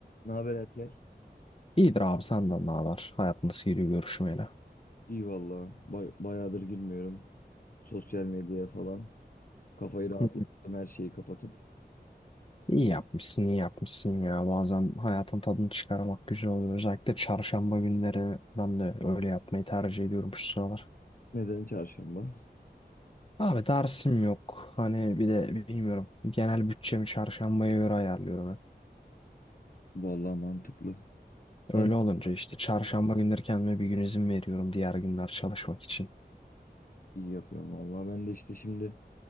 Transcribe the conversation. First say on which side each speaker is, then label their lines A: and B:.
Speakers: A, on the left; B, on the left.
A: Ne haber Erker?
B: İyidir abi senden ne haber? Hayat nasıl gidiyor görüşmeyle?
A: İyi valla. Bay- bayağıdır girmiyorum. Sosyal medyaya falan. Kafayı rahatlattım
B: Hı hı.
A: her şeyi kapatıp.
B: İyi yapmışsın, iyi yapmışsın ya. Bazen hayatın tadını çıkarmak güzel oluyor. Özellikle çarşamba günleri ben de öyle yapmayı tercih ediyorum şu sıralar.
A: Neden çarşamba?
B: Abi dersim yok. Hani bir de bilmiyorum. Genel bütçemi çarşambaya göre ayarlıyorum hep.
A: Vallahi mantıklı.
B: Öyle
A: Ben
B: olunca işte çarşamba günleri kendime bir gün izin veriyorum diğer günler çalışmak için.
A: iyi yapıyorum valla. Ben de işte şimdi